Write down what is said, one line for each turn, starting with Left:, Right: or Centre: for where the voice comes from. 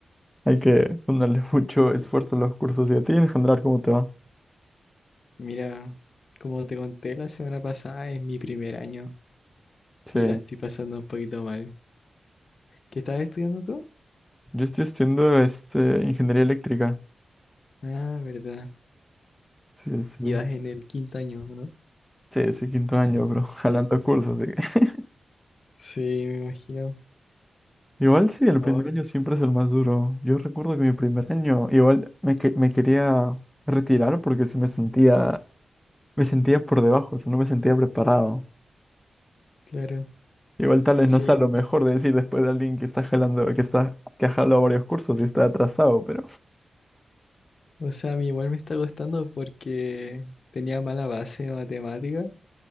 Centre: Hay que ponerle <laughs> mucho esfuerzo a los cursos. ¿Y a ti en general cómo te va?
Left: Mira, como te conté la semana pasada, es mi primer año
Centre: Sí,
Left: y la estoy pasando un poquito mal. ¿Qué estás estudiando tú?
Centre: yo estoy estudiando este, ingeniería eléctrica.
Left: Ah, verdad.
Centre: Sí, sí.
Left: Ibas en el quinto año, ¿no?
Centre: Sí, sí, quinto año, bro. <laughs>
Left: Sí.
Centre: Jalando cursos, así que. <laughs>
Left: Sí, me imagino.
Centre: Igual sí, el primer
Left: Oh,
Centre: año siempre es el más duro. Yo recuerdo que mi primer año, igual me, que- me quería retirar porque sí me sentía Me sentía por debajo, o sea, no me sentía preparado.
Left: claro.
Centre: Igual tal vez
Left: Sí.
Centre: no sea lo mejor de decir después de alguien que está jalando, que está, que ha jalado varios cursos y está atrasado, pero.
Left: O sea, a mí igual me está costando porque tenía mala base de matemática